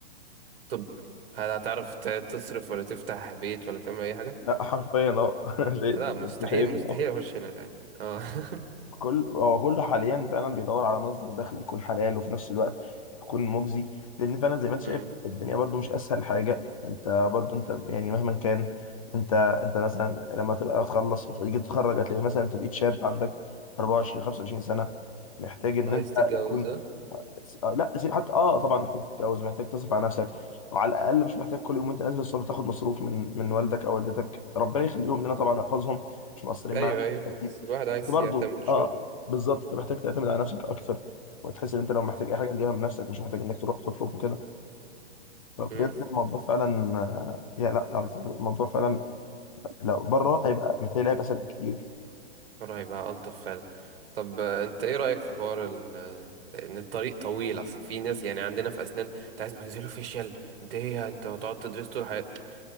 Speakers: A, on the right; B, on the left.
A: طب هل هتعرف ت- تصرف ولا تفتح بيت ولا تعمل اي حاجه
B: لا حرفيا اه <laughs> انا شايف
A: لا
B: انت
A: مستحيل
B: شايفني
A: مستحيل
B: اه
A: اخش هنا تاني اه <laughs>
B: كل هو كله حاليا فعلا بيدور على مصدر دخل يكون حلال وفي نفس الوقت يكون مجزي لان فعلا زي ما انت شايف
A: أمم.
B: الدنيا برضو مش اسهل حاجه انت برضو انت يعني مهما كان انت انت مثلا لما تبقى تخلص تيجي تتخرج هتلاقي مثلا انت بقيت شاب عندك 24 25 سنه محتاج ان
A: عايز
B: انت
A: تتجوز
B: يكون
A: ها
B: آه، لا سيب حتى اه طبعا محتاج تتجوز محتاج تصرف على نفسك وعلى الاقل مش محتاج كل يوم وانت نازل الصبح تاخد مصروف من من والدك او والدتك ربنا يخليهم لنا طبعا
A: أمم.
B: ويحفظهم مش مقصرين
A: ايوه
B: معانا
A: ايوه
B: اكيد
A: بس الواحد عايز
B: بس برضه
A: يعتمد شويه
B: اه بالظبط انت محتاج تعتمد على نفسك اكثر وتحس ان انت لو محتاج اي حاجه تجيبها من نفسك مش محتاج انك تروح تطلب وكده فبجد
A: أمم.
B: الموضوع فعلا آه، يا لا آه، فعلاً الموضوع فعلا لو بره هيبقى متهيألي هيبقى اسهل بكتير
A: المره هيبقى الطف فعلا طب آه، انت ايه رايك في حوار ان آه، ان الطريق طويل اصل في ناس يعني عندنا في اسنان انت عايز ماكسيلو فيشيال انت ايه يعني؟ انت هتقعد تدرس طول حياتك